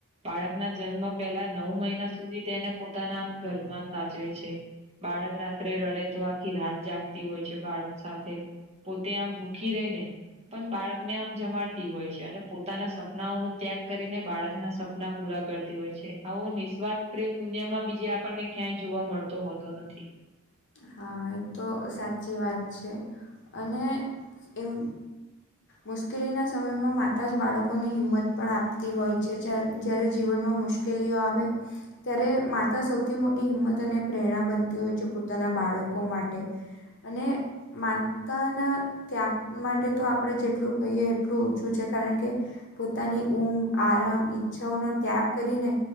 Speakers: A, on the right; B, on the left.
A: બાળક ના જન્મ પહેલા નવ મહિના સુધી તેને પોતાનામ ગરભમાં સાચવે છે. બાળક રાત્રે રડે તો આખી રાત જાગતી હોય છે બાળક સાથે. પોતે આમ ભૂખી રહી ને પણ બાળકને આમ જમાડતી હોય છે અને પોતાના સપનાઓ નુ ત્યાગ કરીને બાળકના સપના પૂરા કરતી હોય છે આવો નિસ્વાર્થ પ્રેમ દુનિયામાં બીજે આપણને ક્યાંય જોવા મળતો હોતો નથી.
B: હા એ તો સાચી વાત છે અને એમ.
A: <inaudible>
B: મુશ્કેલીના સમયમાં માતા જ બાળકોને હિંમત પણ આપતી હોય છે જ જ્યારે જીવનમાં મુશ્કે મુશ્કેલીઓ આવે ત્યારે માતા સૌથી મોટી હિંમત અને પ્રેરણા બનતી હોય છે પુ પોતાના બાળકો માટે અને માતાના ત્યાગ માટે તો આપણે જેટલું કહીએ એટલું ઓંછું છે કારણ કે પોતાની ઊંમ આરામ ઈચ્છાઓનોો ત્યાગ કરીને